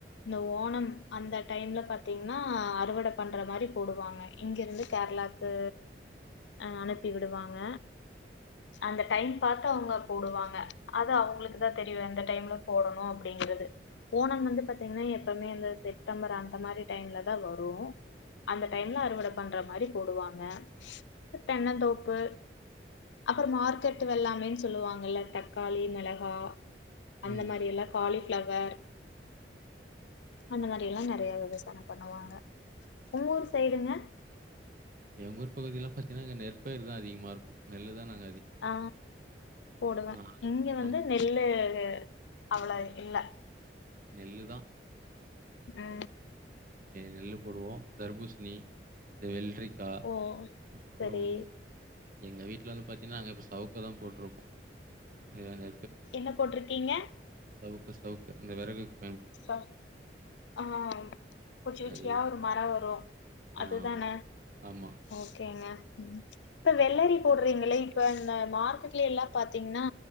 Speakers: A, on the left; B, on the right.
A: இந்த ஓணம் அந்த டைம்ல பாத்தீங்ன்னா அறுவட பண்ற மாரி போடுவாங்க இங்கிருந்து கேரளாக்கு ஆ அனுப்பி விடுவாங்க அந்த டைம் பாத்து அவுங்க போடுவாங்க அது அவ்ங் ளுக்குதா தெரியு எந்த டைம்ல போடணு அப்டிங்கிறது ஓணம் வந்து பாத்தீங்னா எப்பமே இந்த செட்டம்பர் அந்த மாரி டைம்லதா வரும் அந்த டைம்ல அறுவட பண்ற மாரி போடுவாங்க தென்னந்தோப்பு அப்பற மார்க்கெட்டு வெள்ளாமென்னு சொல்லுவாங்கள தக்காளி மெள கா அந்த
B: ம்.
A: மாரி எல்லா காலிஃ பிளவர் அந்த மாரியெல்லா நெறையா விவசாயம் பண்ணுவாங்க ஒங்கூரு சைடுங்க
B: எங்கூர் பகுதிலா பாத்தீன்னா அங்க நெற்பயிர் தா அதிகமா இருக்கு நெல்லுதா நாங்
A: ஆ போடுவே
B: ஆ.
A: இங்க வந்து
B: ஆமா.
A: நெல்லு அவளோ இல்ல
B: நெல்லுதா
A: ஆ
B: நெல்லு போடுவோ தர்பூஸ்ணி இந்த வெள்ரிக் கா
A: ஓ
B: அப்புறம்
A: சரி
B: எங்க வீட்ல வந்து பாத்தீன்னா நாங்க இப்ப சவ்க் இப்போ தா போட்ருக்கோ இங்க அந்த
A: என்ன போட்ருக்கீங்க
B: சவுக்கு சவுக்கு இந்த வெரகுக்
A: ப ஆ குச்சி குச்சியா
B: அதுதான்.
A: ஒரு மர வரு அதுதானே
B: ஆ ஆமா.
A: ஓகேங்க ம் இப்ப வெள்ளரி போடுறீங்களே இப்ப இந்த மார்க்கெட்லயே எல்லா பாத்தீங்கன்னா